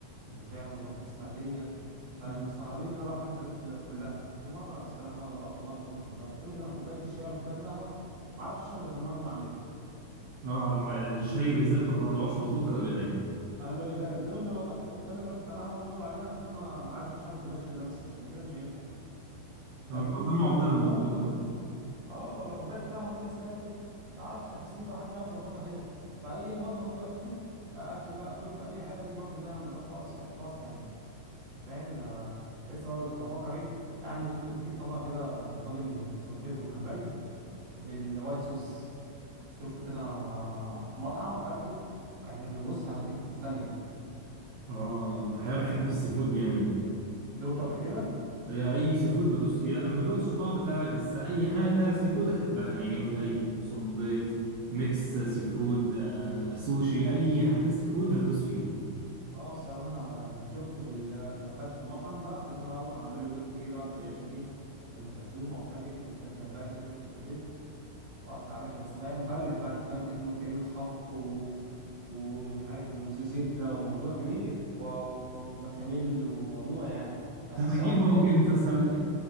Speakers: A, on the right; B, on the right.
A: وانت فاهم وبطاطس مقليه كانوا
B: اه
A: مستغربين ان انا بعرف اعمل الحاجات دي كل- كلها قلت لهم آه، انا الصراحه مره وقفت المطبخ دي بحبها قلت لهم ده انا كوبايه الشاي ولا كوبايه القهوه ما اعرفش اشرب غير لما انا اكون عاملها
B: على رأي الشاي بالذات ما بطلعوش مظبوط الا بايديا
A: قال لي ده قلت لهم ده انا والله كنت بكلم الراجل بتاع القهوه اللي نبض عليها قلت له انا عايز اخش اعمل كوبايه شاي بنفسي لكن كده مش هينفع انت
B: اه
A: فاهم بيقول
B: والله
A: لي ازاي
B: معضله
A: يا باشا قلت
B: الموضوع
A: له اه والله
B: ده
A: اه ولا كوبايه القهوه دي يا ساتر تعرفش تحس انت محدش يعرف يظبطها غيرك فهي المطبخ دي وقفته كاكل بقى شرب اي حاجه دي برضو لها مذاق خاص خاص يعني انت فاهم ان انا لسه برضو كنت بفكر ايه اعمل شفت جديد طبق كده طاجن سبيت وجمبري بالوايت صوص شفته كده مع في مطعم اكلته كان بص هيوديك في حته تانيه
B: اه انا الحقيقه بحب السي فود جامد
A: دوقته قبل كده
B: اي اي سي فود بدوس فيه لا، ما دوتش الطبق بتاعي بس اي حاجه فيها سي فود احبها يعني جمبري صبيط ميكس سي فود آه، سوشي اي حاجه سي فود هدوس فيها
A: اه الصراحة أنا يعني شفته في ال في أكلته في المطعم لا لازم أروح أعمله جبت كده برضه إيه عشان إيه كنا في عزومة وبتاع جبت شوية جمبري كده وشوية صبيط وقطع يا باشا بس بقى إيه مكلف بقى أنت فاهم كلمة كلمة خفق و... ومش عارف وزبدة وموضوع كبير و- وبشاميل وموضوع يعني بس
B: انا
A: الصراحة
B: اجيبه
A: حكاية
B: جاهز اسهل